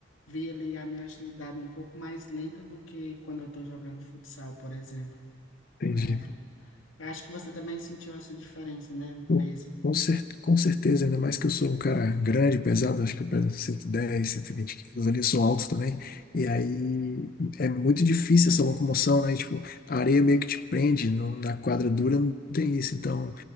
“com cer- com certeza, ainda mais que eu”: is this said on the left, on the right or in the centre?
Left